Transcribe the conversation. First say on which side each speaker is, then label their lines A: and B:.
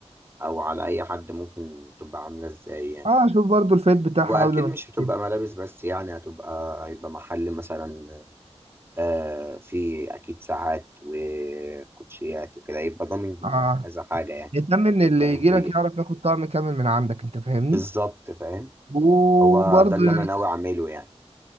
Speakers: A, on the right; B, on the right.
A: او على اي حد ممكن تبقى عامله ازاي يعني
B: اه شوف برضو الفيت بتاعها
A: واكيد
B: قبل ما
A: مش هتبقى
B: تشتري.
A: ملابس بس يعني هتبقى هيبقى محل مثلا آه في اكيد ساعات وكوتشيات وكده يبقى ضامن
B: اه
A: كذا حاجه يعني
B: يهتم ان
A: يبقى
B: اللي يجي
A: كبير
B: لك يعرف ياخد طعم كامل من عندك انت فاهمني
A: بالظبط فاهم
B: وبرضو
A: هو ده اللي
B: يعني
A: انا ناوي اعمله يعني